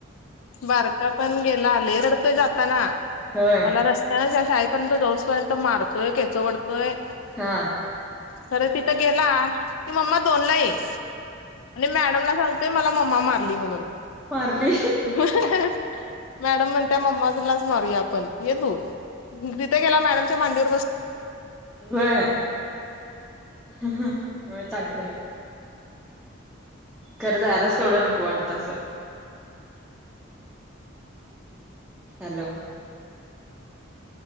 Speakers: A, on the left; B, in the centre.
A: बारका पण गेला लय रडतोय जाताना
B: होय
A: मला रस त्यान शाळेपर्यंत जाऊस पर्यंत मारतोय केस ओढतोय.
B: हा
A: खरं तिथं गेला कि मम्मा दोनला ये. आणि मॅडमला सांगतोय मला मम्मा मारली म्हणून.
B: मारली
A: मॅडम म्हणतिया मम्मालाच मारूया आपण ये तु. तिथ गेला मॅडमच्या मांडीवर बस
B: व्हय व्हय चांगलंय. खरं जायलाच तेवढं नको वाटत असल. Hello.